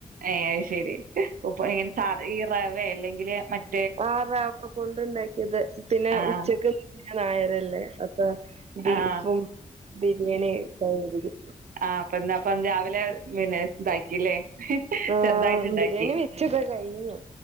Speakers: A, on the right; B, on the right.
A: ഏ അത് ശെരി <unintelligible> റ വേ അല്ലെങ്കിൽ മറ്റ്
B: ആറ്പ കൊണ്ടുണ്ടാക്കിയത് പിന്നെ
A: ആഹ്
B: ഉച്ചക്ക് ഞാൻ നായരല്ലേ അപ്പൊ ദീഫും
A: ആഹ്
B: ബിരിയാണി കൈ ഇത്
A: ആഹ അപ്പന്നപ്പം രാവിലെ പിന്നെ ഇതാക്കില്ലേ
B: മ് ആ
A: ചെറുതായിട്ടുണ്ടാക്കി
B: ബിരിയാണി വെച്ചക്കെക്കഴിഞ്ഞു